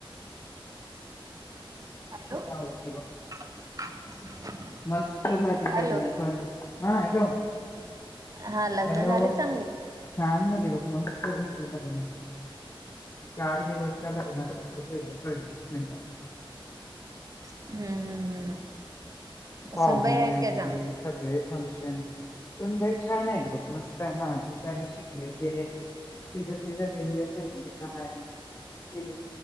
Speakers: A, on the right (about 40°); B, on the left (about 30°).
A: हॅलो
B: त्यावरती आहे बघ
A: <inaudible>
B: मस्त झाली
A: हॅलो
B: <unintelligible> हा हॅलो?
A: हा लग्न
B: हॅलो
A: झाले चांगली?
B: छान झाली ल मस्त झाली लग्न चार दिवस त्या लग्न. <unintelligible> भेकळ नाही का?
A: हम्म हम्म हम्म.
B: पावघे
A: सुनबाई आहेत
B: वगैरे
A: काय चांगल्या
B: सगळे फंशन सुन बाई छान आहेत बघ मस्त आहे नाज गणी शिकले. सीधे सीधे देे तर घ एम